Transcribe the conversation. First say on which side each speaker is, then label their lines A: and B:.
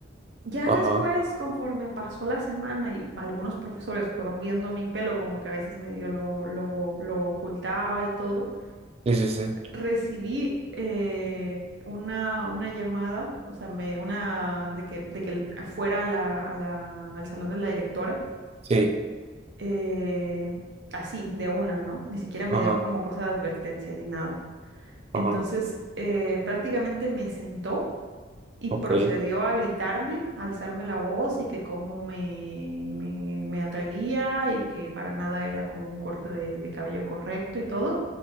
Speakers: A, on the right; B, on the right.
A: Ya
B: Ajá.
A: después, conforme pasó la semana y algunos profesores fueron viendo mi pelo, como que a veces medio lo, lo, lo ocultaba y todo,
B: Sí, sí, sí.
A: recibí eh, una, una llamada, o sea, me, una de que, de que el- fuera a la, a la- al salón de la directora,
B: Sí.
A: eh, así, de una, ¿no? Ni siquiera me
B: Ajá.
A: dieron como cosa de advertencia ni nada. Entonces,
B: Ajá.
A: eh, prácticamente me sentó y
B: Ok.
A: procedió a gritarme, a alzarme la voz y que cómo me, me, me atrevía y que para nada era como un corte de, de cabello correcto y todo.